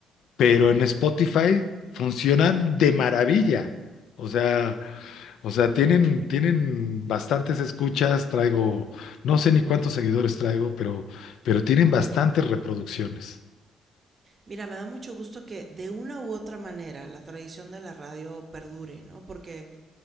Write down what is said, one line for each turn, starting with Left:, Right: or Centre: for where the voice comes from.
Left: pero en Spotify funcionan de maravilla. O sea, o sea, tienen, tienen bastantes escuchas, traigo, no sé ni cuántos seguidores traigo, pero, pero tienen bastantes reproducciones.
Right: Mira, me da mucho gusto que de una u otra manera la tradición de la radio perdure, ¿no? Porque